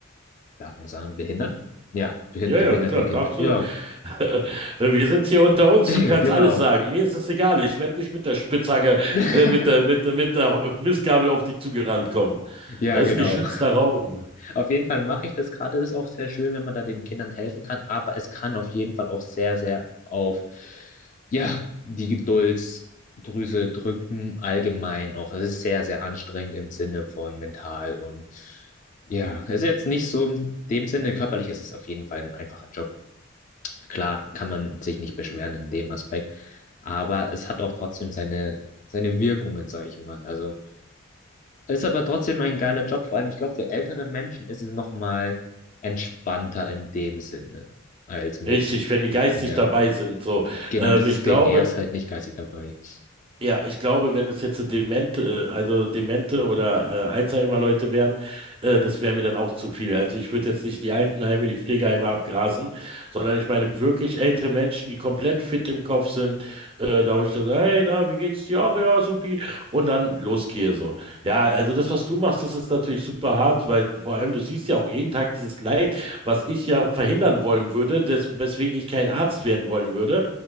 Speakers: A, on the left (about 40°); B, on the right (about 25°).
A: darf man das sagen, Behindern? Ja, behin-
B: Ja,
A: für
B: ja,
A: behinderte
B: klar,
A: Kinder.
B: darfst
A: Ja,
B: du. <laughs> Wir sind hier unter uns,
A: <laughs>
B: du kannst
A: genau.
B: alles sagen. Mir ist es egal, ich werde nicht mit der Spitzhacke,
A: <laughs>
B: äh, mit der, mit, der- mit der Mistgabel auf dich zugerannt kommen.
A: Ja,
B: Das
A: genau.
B: ist ein geschützter Raum.
A: Auf jeden Fall mache ich das gerade. Das ist auch sehr schön, wenn man da den Kindern helfen kann. Aber es kann auf jeden Fall auch sehr, sehr auf, ja, die Geduldsdrüse drücken, allgemein auch. Es ist sehr, sehr anstrengend im Sinne von mental und ja, es ist jetzt nicht so in dem Sinne, körperlich ist es auf jeden Fall ein einfacher Job. Klar kann man sich nicht beschweren in dem Aspekt, aber es hat auch trotzdem seine, seine Wirkungen, sage ich mal. Also. Ist aber trotzdem ein geiler Job, vor allem, ich glaube, für ältere Menschen ist es nochmal entspannter in dem Sinne als mit,
B: Richtig, wenn die geistig
A: ja.
B: dabei sind, so.
A: Genau,
B: Ähm,
A: das ist
B: ich
A: das
B: glaube,
A: Ding. Er ist halt nicht geistig dabei.
B: ja, ich glaube, wenn es jetzt so demente, äh, also demente oder äh, Alzheimer-Leute wären, äh, das wäre mir dann auch zu viel. Also ich würde jetzt nicht die Altenheime, die Pflegeheime abgrasen, sondern ich meine wirklich ältere Menschen, die komplett fit im Kopf sind, äh, da wo ich dann, hey, na, wie geht's dir? auch, ja, supi. Und dann losgehe so. Ja, also das, was du machst, das ist natürlich super hart, weil vor allem du siehst ja auch jeden Tag dieses Leid, was ich ja verhindern wollen würde, des, weswegen ich kein Arzt werden wollen würde.